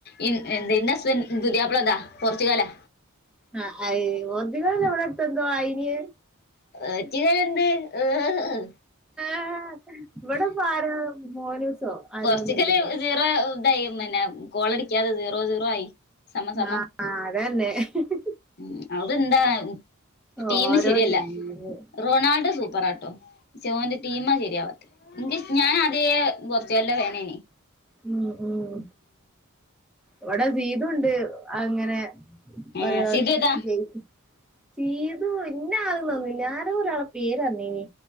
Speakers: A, on the left; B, in the centre.
A: ഇ എന്ത് ഇസ്രായേൽ. പുതിയാപ്ല അല്ല പോർച്ചചുഗാലാ.
B: ആഹ അയി ഒധിക എവിടെ എടുത്ത എന്തോ ആയിന്.
A: പോർച്ചുഗലെന്ത്‌ ഹ്ഹ്ഹ്.
B: ആ ഇവിടെഇപ്പ ആരാണ് മോനൂസോ. ആരോന്നുണ്ട്
A: പോർച്ചുഗല് സീറോ ഇതായി പിന്നെ കോളടിക്കാതെ സീറോ സീറോ ആയി. സമ സമം
B: ആഹാ അതന്നെ ഇഹിഹ്.
A: ഉം അത് എന്താ ഉം. ടീം
B: ഓരോ
A: ശരിയല്ല
B: ടീമ്
A: റൊണാൾഡോ സൂപ്പറാട്ടോ പക്ഷെ ഓന്റെ ടീമാ ശരിയാവാത്തെ. എ ഞാൻാദ്യ പോർച്ചുഗലന്റെ വേനേനി
B: ഉം ഉം. ഇവിടെ <unintelligible> അങ്ങനെ
A: ഏഹ്
B: ഒരജയിച്ച.
A: സിതു ഏതാ
B: സീതു ഇന്ന ആളെ പറഞ്ഞില്ല ആരോ ഒരാളെ പേര് അറിഞ്ഞീനി